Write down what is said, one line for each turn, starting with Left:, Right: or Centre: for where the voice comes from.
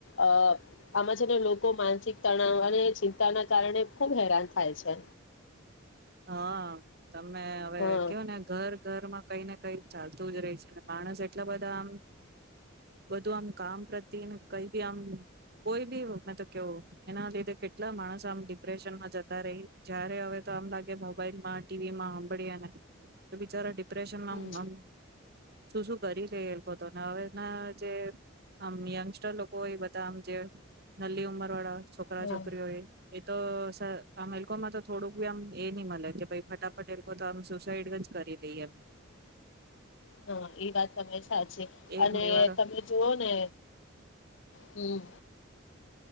Left: અ આમાં છેને લોકો માનસિક તણાવ અને ચિંતાના કારણે ખૂબ હેરાન થાય છે.
Right: હા તમે હવે
Left: હા
Right: કેવોને ઘર ઘરમાં કઈને કઈ ચાલતું જ રેય છે માણસ એટલા બધાં આમ બધું આમ કામ પ્રત્યનું કઈ બી આમ કોઈ બી મેતો કેવું એના લીધે કેટલા માણસ આમ ડિપ્રેશનમાં જતા રેય જયારે હવે તો આમ લાગ મોબાઈલમાં, ટીવીમાં હંભળીએને તો બિચારા ડિ
Left: હમ
Right: <unintelligible> નામ. શું શું કરી લે એ લોકો હતો હવેના જે આમ યંગસ્ટર લોકો હોય બધા આમ જે નલી ઉમર વાળા છોકરા
Left: હા
Right: છોકરીઓ એ તો સ અમેલકોમાં તો થોડુંક આમ એ નહી મને કે ભાઈ ફટાફટ એ લોકો તો આમ સુસાઈડ જ કરી લઈએ એમ
Left: હા એ વાત તમે સાચી
Right: એ
Left: અને
Right: પરિવારમાં
Left: તમે જુઓ ને હમ